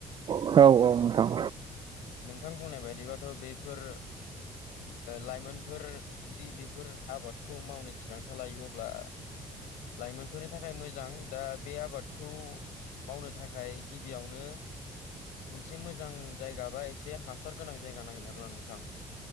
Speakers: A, on the right; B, on the left.
A: औ औ नोंथां
B: नोंथां बुंनाय बायदिबाथ' बेफोर लाइमोनफोर जुदि बेफोर आबादखौ मावनो थिरांथा लायो अब्ला लाइमोनफोरनि थाखाय मोजां दा बे आबाद खौ मावनो थाखाय गिबियावनो मोनसे मोजां जायगा बा एसे हासार गोनां जायगा नांगोन आरो ना नोंथां